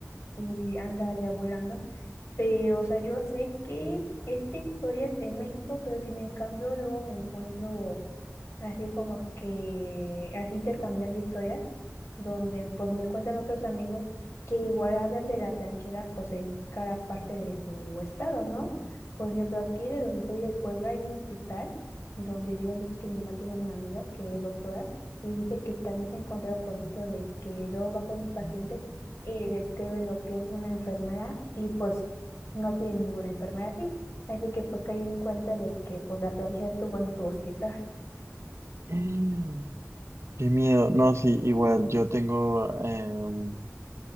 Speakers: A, on the left; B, on the right.
A: y anda ya volando. Pero, o sea, yo sé que esta historia es de México, pero sin en cambio luego me encuentro así como que así intercambiando historias, donde pues me cuentan otros amigos que igual hablan de la planchera pues en cada parte de su estado, ¿no? Por ejemplo, aquí de donde soy de Puebla hay un hospital donde digamos que mi mamá tiene una amiga que es doctora y dice que también se ha encontrado con esto de que luego va con los pacientes y le describen lo que es una enfermera y pues no tiene ninguna enfermera así. Así que pues caí en cuenta de que pues la planchera estuvo en su hospital.
B: <gasps> Qué miedo. No, sí, igual, yo tengo... em,